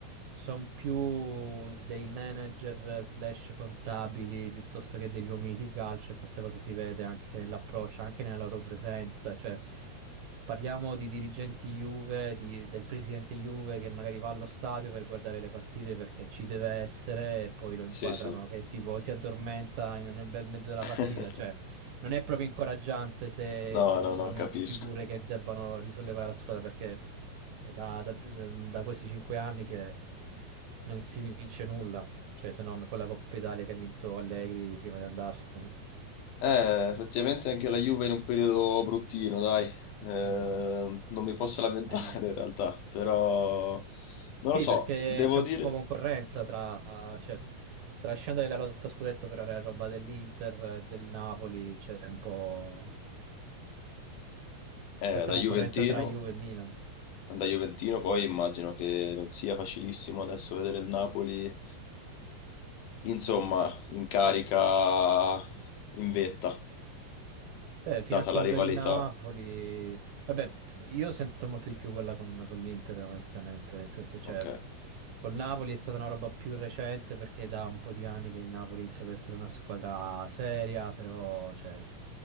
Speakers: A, on the right; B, on the left.
A: sono più dei manager slash contabili piuttosto che degli uomini di calcio e questa cosa si vede anche nell'approccio, anche nella loro presenza. Cioè, parliamo di dirigenti Juve, di- del presidente Juve che magari va allo stadio per guardare le partite perché ci deve essere e poi lo inquadrano
B: sì, sì.
A: che tipo si addormenta in- nel bel mezzo della
B: <laughs>
A: partita. Cioè, non è proprio incoraggiante se
B: No,
A: c'è bisogno
B: no, no, capisco.
A: di figure che debbano risollevare la squadra perché è da, da- da questi cinque anni che non si vince nulla, cioè se non quella Coppa Italia che ha vinto Allegri prima di andarsene.
B: Eh, effettivamente anche la Juve è in un periodo bruttino, dai. Eh,
A: Mm,
B: non mi posso lamentare
A: ahimè.
B: in realtà, però non
A: Sì,
B: lo so,
A: perché
B: devo
A: c'è un
B: dire,
A: po' concorrenza tra, cioè, tra scendere la lotta a scudetto per la roba dell'Inter, eh, del Napoli, c'è un po'
B: eh,
A: questa
B: da
A: concorrenza
B: Juventino,
A: tra Juve e Milan.
B: da Juventino poi immagino che non sia facilissimo adesso vedere il Napoli, insomma, in carica, in vetta,
A: Beh, fino
B: data
A: a quando
B: la rivalità.
A: il Napoli... Vabbè, io sento molto di più quella con, con l'Inter, onestamente, nel senso, cioè,
B: Ok,
A: col Napoli è stata una roba più recente perché è da un po' di anni che il Napoli inizia ad essere una squadra seria, però, cioè,